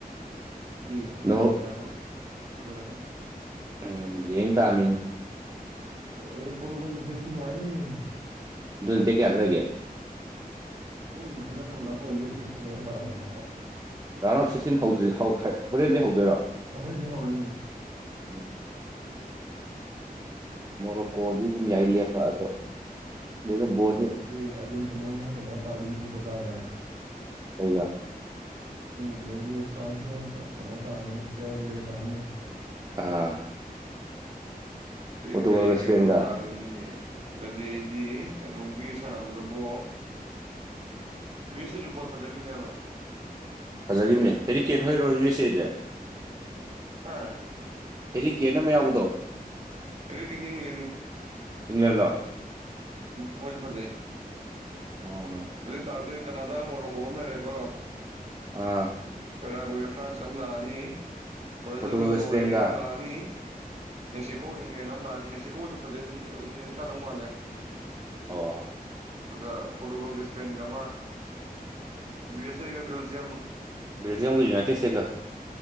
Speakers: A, on the right (about 45°); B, on the right (about 25°).
A: ꯁꯤꯗꯤ
B: ꯅꯣ
A: ꯌꯥꯔꯣꯏ ꯐꯖꯔꯛꯀꯅꯤ
B: ꯎꯝ ꯌꯦꯡ ꯇꯥꯃꯤꯅ‌ꯦ
A: ꯑꯗꯩ ꯄꯣꯔꯇꯨꯒꯥꯜ ꯁꯦꯡꯒꯤꯁꯨ ꯅꯨꯡꯉꯥꯏꯗ‌ꯣꯏꯅ‌ꯦ
B: ꯑꯗꯨꯣꯟ ꯗ‌ꯦꯠ ꯀꯌꯥꯗ ꯂ‌ꯩꯒ‌ꯦ
A: ꯃꯣꯏꯗꯤ ꯈꯤꯇꯪ ꯂꯞꯄꯂꯗꯦ ꯁꯤꯛꯁ ꯀꯩꯅꯣ ꯇꯥꯔꯝꯒꯗꯧ ꯃꯥꯜꯂ‌ꯦ
B: ꯔꯥꯎꯟ ꯑꯣꯐ ꯁꯤꯛꯁꯇꯤꯟ ꯍꯧꯗ꯭ꯔꯤ ꯍꯣꯔꯦꯟꯗꯤ ꯍꯧꯗꯣꯏ
A: ꯍ‌ꯣꯔ‌ꯦꯟꯗꯩ ꯍꯧꯔꯅꯤ
B: ꯎꯝ ꯃꯣꯔ‌ꯣꯀꯣ ꯁꯨ ꯁꯨꯝ ꯌꯥꯥꯏ ꯂ‌ꯦꯞꯄ ꯑꯗ‌ꯣ ꯗꯨꯗ ꯕ‌ꯣꯜ
A: ꯗ‌ꯣꯏꯗꯤ ꯑꯖꯦꯟꯇꯅꯥꯅ ꯀꯩꯅꯣꯒ ꯇꯥꯔ‌ꯦ ꯏꯖꯤꯞꯀ ꯇꯔꯦ
B: ꯀꯩꯒ
A: ꯎꯝ ꯑꯗꯩꯗꯤ ꯐ꯭ꯔꯥꯟꯁꯅ ꯀꯩꯅꯣ ꯇꯥꯔꯅꯤ ꯄꯦꯔꯒꯨꯋ‌ꯦ ꯒ ꯇꯥꯔꯅꯤ
B: ꯑꯥ
A: ꯑ
B: ꯄꯣꯔꯇꯨꯒꯜꯒ
A: ꯀꯩ
B: ꯏꯁꯄꯦꯟꯒ
A: ꯀꯩꯅꯣ ꯇꯥꯒꯗꯗꯤ ꯑꯗꯩꯗꯤ ꯀꯩꯅꯣꯒꯤ ꯁꯥꯟꯅꯕꯗꯕꯨ ꯌꯨ ꯑꯦꯁ ꯑꯦꯁꯨ ꯕꯣꯜ ꯐꯖꯈꯤꯕꯅꯦꯕ
B: ꯐꯖꯈꯤꯕꯅꯦ ꯍꯦꯔꯤꯀꯦꯟꯠ ꯍꯣꯏꯔꯣ <unintelligible>
A: ꯍꯥꯥ
B: ꯍꯦꯔꯤ ꯀꯦꯠ ꯑꯃ ꯌꯥꯎꯕꯗꯣ
A: ꯍ‌ꯦꯔꯤ ꯀ‌ꯦꯟꯗꯤ ꯏꯡꯂ‌ꯦꯟꯅꯤ
B: ꯏꯪꯂꯦꯟꯂꯣ
A: ꯎꯝ ꯃꯣꯏ ꯐꯖꯩ
B: ꯑꯣ
A: ꯑꯗꯨꯏ ꯇꯥꯔꯗꯤ ꯀꯅꯥꯗꯥꯒ ꯃꯣꯔꯣꯛꯀ‌ꯣꯒ ꯑꯝ ꯂꯩꯔꯦꯀꯣ
B: ꯑꯥ
A: ꯄꯦꯔꯥꯒꯨꯋ‌ꯦꯒ ꯐ꯭ꯔꯥꯟꯁꯀ ꯑꯃ ꯂꯥꯛꯑꯅꯤ ꯕ꯭ꯔꯥꯖꯤꯜꯒ
B: ꯄꯣꯔꯇꯨꯒꯜꯒ
A: ꯅꯣꯔꯋꯦꯒ
B: ꯏꯁꯄꯦꯟꯒ
A: ꯑꯃ ꯂꯥꯛꯑꯅꯤ ꯃꯦꯛꯁꯤꯀꯣ ꯏꯪꯂꯦꯟ ꯑꯃ ꯂꯥꯛꯑꯅꯤ ꯃꯦꯛꯁꯤꯀꯣꯁꯨ ꯐꯖꯩ ꯑꯗꯨꯝ ꯑꯗꯨ ꯏꯪꯂꯦꯟꯅ ꯀꯥꯗꯧ ꯃꯥꯜꯂꯦ
B: ꯑꯣ
A: ꯑꯗꯨꯒ ꯄꯣꯔꯇꯨꯒꯜꯒꯤ ꯁ꯭ꯄꯦꯟꯒ ꯑꯃ ꯌꯨ ꯑꯦꯁ ꯑꯦ ꯌꯨꯒ꯭ꯔꯤꯜꯁꯤ ꯌꯥꯝ
B: ꯕꯦꯜꯖꯤꯌꯝꯒ ꯌꯨꯅꯥꯏꯇꯦꯠ ꯏꯁꯇꯦꯠꯀ